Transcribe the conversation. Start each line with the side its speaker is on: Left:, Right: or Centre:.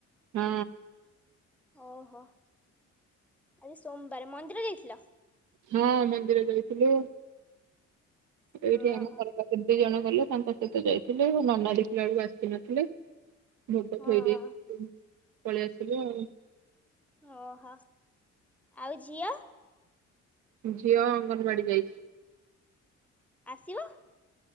Right: ହଁ
Centre: ଓହୋ ଆରେ ସୋମବାର ମନ୍ଦିର ଯାଇଥିଲ।
Right: ହଁ ମନ୍ଦିର ଯାଇଥିଲୁ।
Centre: ଓହୋ
Right: ଏଇଠି ଆମ ଘର ପା କେମିି ଜଣ କଲ ତାଙ୍କ ସହିତ ଯାଇଥିଲେି ନନା ଦେଖିଲା ବେଳକୁ ଆସିନଥିଲେ। ମୁତ
Centre: ହଁ
Right: ଥୋଇ ଦେଇଇଛି, ପଳେଇ ଆସିବୁ ଆଉ
Centre: ଓହୋ ଆଉ ଝିଅ
Right: ଝିଅ ଅଙ୍ଗନବାଡି ଯାଇଛି,
Centre: ଆସିବ